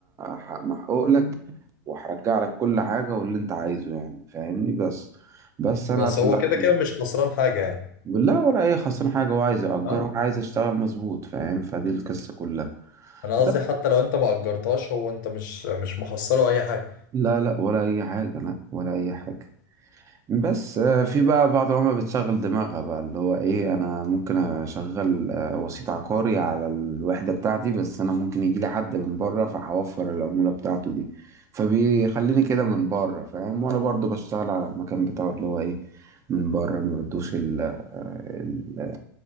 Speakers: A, on the right; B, on the left.
A: ح- محقوق لك وهرجع لك كل حاجه واللي انت عايزه يعني فاهمني بس بس انا
B: بس
A: في
B: هو
A: الأرض-
B: كده كده مش خسران حاجة يعني
A: بالله ولا اي خسران حاجه هو عايز يأجر
B: ها
A: وانا عايز اشتغل مظبوط فاهم فدي القصه كلها
B: انا
A: بس
B: قصدي حتى لو انت ما اجرتهاش هو انت مش مش مخسره اي حاجة
A: لا لا ولا اي حاجه لا ولا اي حاجه بس آه، في بقى بعض العملاء بتشغل دماغها بقى اللي هو ايه انا ممكن اشغل آه، وسيط عقاري على الوحدة بتاعتي بس انا ممكن يجي لي حد من بره فهوفر العمولة بتاعته دي فبيخليني كده من بره فاهم وانا برضو بشتغل على المكان بتاعه اللي هو ايه من بره ما بدوش ال آه، ال-